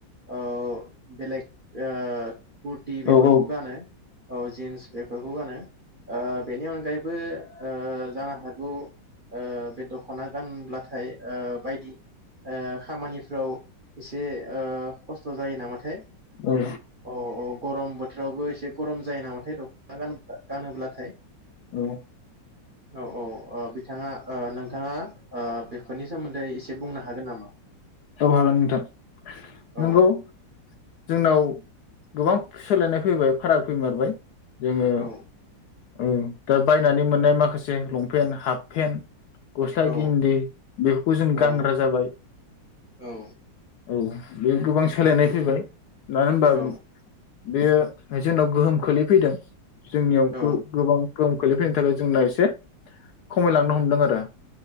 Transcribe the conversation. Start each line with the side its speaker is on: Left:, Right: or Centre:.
Right: ओ बेलेग ओ कुरटि बेफोरखौ
Left: औ औ
Right: गानो औ जिन्स बेफोर खौ गानो ओ बेनि अनगायै बो ओ जानो हागौ ओ बे दखना गानब्लाथाय ओ बायदि ओ खामानिफ्राव एस दे ओ खस्थ जायो नामाथाय
Left: औ
Right: अ औ गरम बोथोरावबो एस दे गरम जायो नामाथाय द खना गानोब्लाथाय।
Left: औ
Right: औ औ ओ बिथाङा ओ नोंथाङा ओ बेफोरनि सोमोन्दै एसे बुंनो हागोन नामा?
Left: औ हागोन नोंथां
Right: औ
Left: नोंगौ। जोंनाव गोबां सोलायनाय फैबाय फाराग फैमारबाय जोङो
Right: औ
Left: औ दा बायनानै मोननाय माखासे लंपेन्ट हाफ पेन्ट गस्ला
Right: औ
Left: गिन्दि बेफोरखौ जों
Right: औ
Left: गानग्रा जाबाय।
Right: औ
Left: औ बे गोबां सोलायनाय फैबाय मानो होनबा
Right: औ
Left: बेयो हाय जोंनाव गोहोम खोलैफैदों। जोंनियाव
Right: औ
Left: गो-गोबां दं गोलैफैनो थाखाय जोंना एसे खमायलांनो हमदों आरो